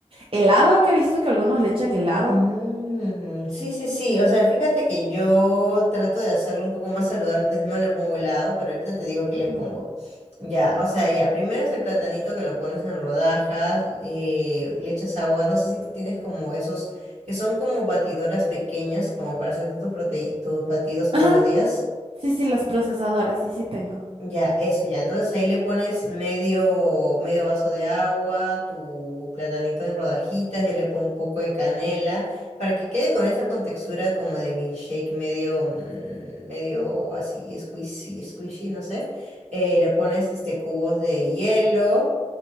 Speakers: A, on the right; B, on the right.
A: helado? Que he visto que algunos le echan helado.
B: Mm, sí, sí, sí. O sea, fíjate que yo trato de hacerlo un poco más saludable. Entonces no le pongo helado, pero ahorita te digo que le
A: Ujú.
B: pongo. Ya, o sea, ya. Primero es el platanito que lo pones en rodajas, eh, le echas agua. No sé si tú tienes como esos que son como batidoras pequeñas, como para hacer tus prote- tus batidos todos
A: Ajá.
B: los días.
A: Sí, sí, las procesadoras, sí, sí tengo.
B: Ya, eso ya. Entonces ahí le pones medio, medio vaso de agua, tu platanito en rodajitas, yo le pongo un poco de canela para que quede con esa contextura como de mi shake medio, mm, medio así squishy, squishy, no sé. Eh, le pones este cubos de hielo.